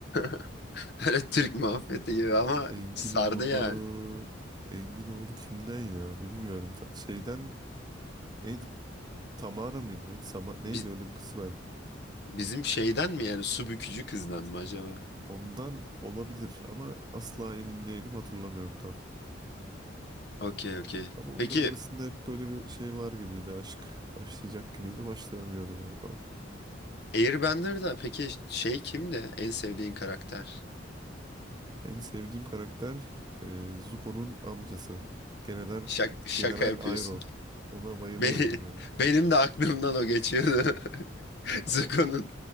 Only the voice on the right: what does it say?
Engin
oğlu...
Engin oğlu kimden ya? Bilmiyorum. Ta- Şeyden neydi? Tamara mıydı? Neydi? Sama... neydi?
Öyle bir kız vardı.
Ondan olabilir ama asla emin değilim hatırlamıyorum tam.
Ama onların
arasında hep böyle bir şey var gibiydi aşk. Başlayacak gibiydi, başlayamıyordu böyle falan.
En sevdiğim karakter e, Zuko'nun amcası. General,
General
Airo. Ona
bayılıyorum
ya.
Abi,